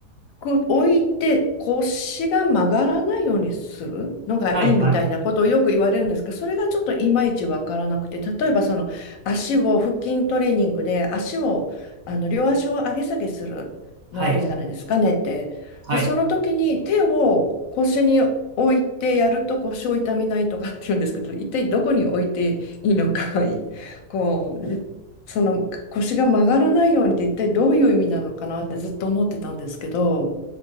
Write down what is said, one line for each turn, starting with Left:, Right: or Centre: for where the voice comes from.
Left: く、置いて腰が曲がらないようにするのがいいみたいなことをよく言われるんですけど、
Right: はい、はい。
Left: それがちょっといまいちわからなくて、例えばその足を腹筋トレーニングで足を、あの、両足を上げ下げするのあるじゃないですか、
Right: はい。
Left: ねって。
Right: はい。
Left: で、その時に手を腰に置いてやると腰を痛めないとかっていうんですけど、一体どこに置いていいのか、<laughs> こう、その腰が曲がらないようにって一体どういう意味なのかなってずっと思ってたんですけど、